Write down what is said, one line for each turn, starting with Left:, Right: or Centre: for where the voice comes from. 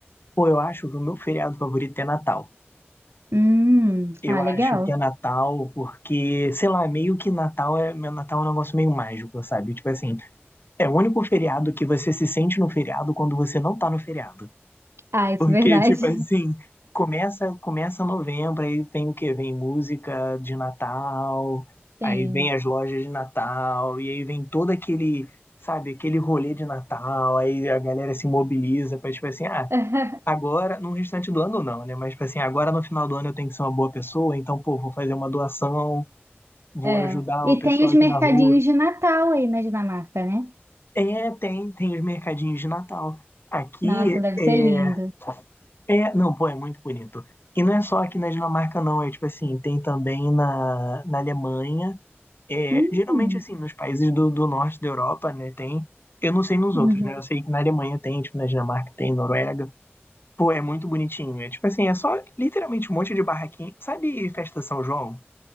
Left: Pô, eu acho que o meu feriado favorito é Natal.
Right: Hum,
Left: Eu
Right: ah,
Left: acho
Right: legal.
Left: que é Natal porque, sei lá, meio que Natal é, meu Natal é um negócio meio mágico, sabe? Tipo assim, é o único feriado que você se sente no feriado quando você não tá no feriado.
Right: Ah, isso
Left: Porque,
Right: é verdade.
Left: tipo assim, começa, começa novembro, aí tem o quê? Vem música de Natal,
Right: <laughs>
Left: aí
Right: Sim.
Left: vem as lojas de Natal, e aí vem todo aquele, sabe, aquele rolê de Natal, aí a galera se mobiliza pra, tipo assim, ah,
Right: <laughs>
Left: agora, no restante do ano não, né? Mas, tipo assim, agora no final do ano eu tenho que ser uma boa pessoa, então, pô, vou fazer uma doação, vou
Right: É.
Left: ajudar
Right: E
Left: uma pessoa
Right: tem os mercadinhos
Left: aqui na rua.
Right: de Natal aí na Dinamarca, né?
Left: É, tem, tem os mercadinhos de Natal. Aqui,
Right: Nossa, deve
Left: é,
Right: ser lindo.
Left: É, não, pô, é muito bonito. E não é só aqui na Dinamarca, não. É tipo assim, tem também na, na Alemanha. É,
Right: Hum,
Left: geralmente, assim, nos países do, do norte da Europa, né, tem. Eu não sei nos
Right: uhum.
Left: outros, né? Eu sei que na Alemanha tem, tipo, na Dinamarca tem, Noruega. Pô, é muito bonitinho. É tipo assim, é só literalmente um monte de barraquinha. Sabe festa São João?